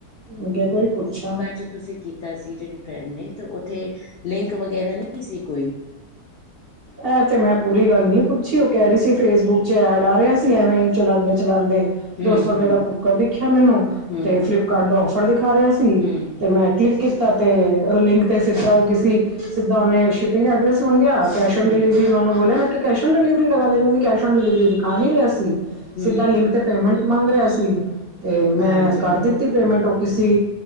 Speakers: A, on the right (about 55°); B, on the left (about 80°).
A: ਮੈਂ ਕਿਹਾ ਇੱਕ ਵਾਰੀ ਪੁੱਛਾਂ
B: ਜੈ ਤੁਸੀਂ ਕੀਤਾ ਸੀ ਜਿਹੜ ਫਰਡ ਨੇ ਤੇ ਉੱਥੇ ਲਿੰਕ ਵਗੈਰਾ ਨਹੀਂ ਸੀ ਕੋਈ?
A: ਇਹ ਤੇ ਮੈਂ ਪੂਰੀ ਗੱਲ ਨਹੀਂ ਪੁੱਛੀ ਉਹ ਕਹਿ ਰਹੀ ਸੀ ਫੇਸਬੁੱਕ ਚ ਐਡ ਆ ਰਿਹਾ ਸੀ ਐਵੇਂ ਚਲਾਉਂਦੇ ਚਲਾਉਂਦੇ।
B: ਹਮ
A: ਦੋ ਸੌ ਰੁਪਏ
B: ਹਮ
A: ਦਾ ਕੁੱਕਰ ਦਿਖਿਆ ਮੈਨੂੰ
B: ਹਮ
A: ਤੇ ਫਲਿੱਪਕਾਰਟ ਦਾ ਫਰ ਦਿਖਾ ਰਿਹਾ ਸੀ।
B: ਹਮ
A: ਤੇ ਮੈਂ ਕਲਿੱਕ ਕੀਤਾ। ਤੇ ਲਿੰਕ ਤੇ ਸਿੱਧਾ ਉਹ ਕਿਸ ਸਿੱਧਾ ਉਹਨੇ ਸ਼ਿਪਿੰਗ ਐਡਰੈਸ ਮੰਗਿਆ। ਕੈਸ਼ ਆਨ
B: ਹਮ
A: ਡਿਲੀਵਰੀ ਮੈਂ ਉਹਨੂੰ ਬੋਲਿਆ ਮੈਂ ਕਿਹਾ ਕੈਸ਼ ਆਨ ਡਿਲੀਵਰੀ ਲਗਾ ਲੈਂਦੇ ਮੈ ਕੈਸ਼ ਔਨ ਡਿਲੀਵਰੀ ਦਿਖਾ ਨਹੀਂ ਰਿਹਾ ਸੀ।
B: ਹਮ
A: ਸਿੱਧਾ ਲਿੰਕ ਤੇ ਪੇਮੈਂਟ ਮੰਗ ਰਿਹਾ ਸੀ ਤੇ ਮੈਂ
B: ਹਾਂਜੀ
A: ਕਰ ਦਿੱਤਾ। ਪੇਮੈਂਟ ਉਹ ਕਿਸੇ